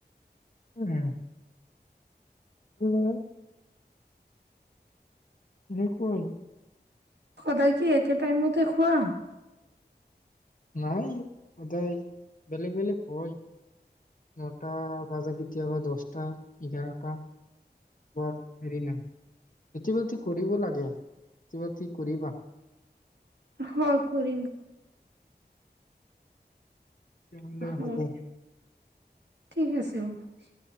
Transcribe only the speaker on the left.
উম আ বকুল
নাই সদায় বেলেগ বেলেগ হয় নটা বাজা কেতিয়াবা দহটা এঘাৰটা তাৰ হেৰি নাই কেতিয়াবা বাতি কৰিব লাগে কেতিয়াবা কৰিবা
তেনেহ'লে
হ'ব।